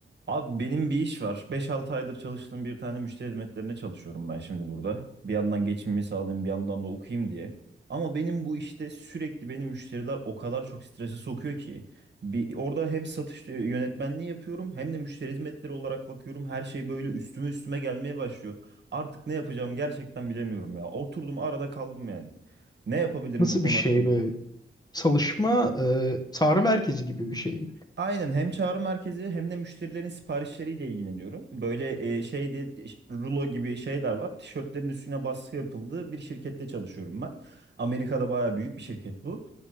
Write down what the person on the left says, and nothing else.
Nasıl
bir şey
böyle? Çalışma e, çağrı merkezi gibi bir şey mi?